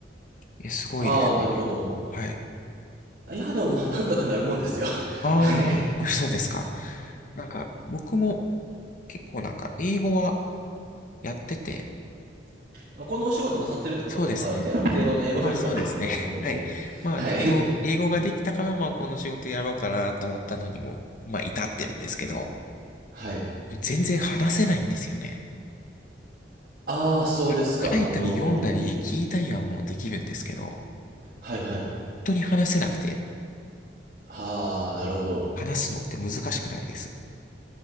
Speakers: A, on the left; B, on the right.
A: いや、すごいですね、
B: ああ、なるほど。
A: 結構。はい。
B: いや、でもまあ、なんとかなるもんですよ。<laughs>
A: ああ、
B: はい。
A: やっぱり <laughs> そうですか。なんか、僕も結構なんか、英語はやってて、
B: <laughs> まあ、このお仕事なさってるってことは多分ある程度、
A: そうですね。
B: ある程度の英語力があるってことだと思うので、
A: まあそうですね。<laughs> はい。まあ多少、
B: はい。
A: 英語ができたから、まあこの仕事やろうかなと思ったのにも、まあ至ってるんですけど、
B: はい。
A: 全然話せないんですよね。
B: ああ、そうですか。
A: いや書いたり読んだり聞いたりはもうできるんですけど、
B: あの、いい
A: 本
B: はいはい。
A: 当に話せなくて。
B: ああ、なるほど。
A: 話すのって難しくないです。